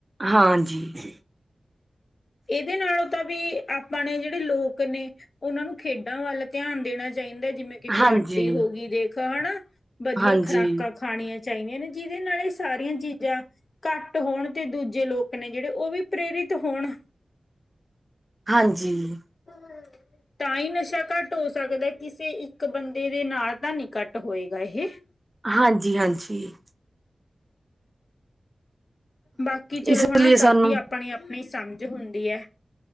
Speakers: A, on the right; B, on the left.
A: ਹਾਂਜੀ <unintelligible>
B: ਇਹਦੇ ਨਾਲੋਂ ਤਾਂ ਵੀ ਆਪਾਂਣੇ ਜਿਹੜੇ ਲੋਕ ਨੇ ਉਹਨਾਂ ਨੂੰ ਖੇਡਾਂ ਵੱਲ ਧਿਆਨ ਦੇਣਾ ਚਾਹੀਦਾ ਜਿਵੇਂ ਕਿ
A: ਹਾਂਜੀ,
B: ਕਬੱਡੀ
A: ਹਾਂਜੀ,
B: ਹੋ ਗਈ ਦੇਖ ਹਨਾ ਵਧੀਆ
A: ਹਾਂਜੀ।
B: ਖੁਰਾਕਾਂ ਖਾਣੀਆਂ ਚਾਹੀਦੀਆਂ ਨੇ ਜਿਹਦੇ ਨਾਲ ਇਹ ਸਾਰੀਆਂ ਚੀਜ਼ਾਂ <unintelligible> ਘੱਟ ਹੋਣ ਤੇ ਦੂਜੇ ਲੋਕ ਨੇ ਜਿਹੜੇ ਉਹ ਵੀ ਪ੍ਰੇਰਿਤ ਹੋਣ
A: ਹਾਂਜੀ <unintelligible>
B: ਹਮ <unintelligible> ਤਾਂ ਹੀ ਨਸ਼ਾ ਘੱਟ ਹੋ ਸਕਦਾ ਕਿਸੇ ਇੱਕ ਬੰਦੇ ਦੇ ਨਾਲ ਤਾਂ ਨੀ ਘੱਟ ਹੋਏਗਾ ਇਹ
A: ਹਾਂਜੀ ਹਾਂਜੀ <unintelligible>
B: ਬਾਕੀ ਚਲੋ
A: ਇਸ
B: ਹਨਾ
A: ਲਈ
B: ਸਭ
A: ਸਾਨੂੰ
B: ਦੀ ਆਪਣੀ ਆਪਣੀ ਸਮਝ ਹੁੰਦੀ ਹੈ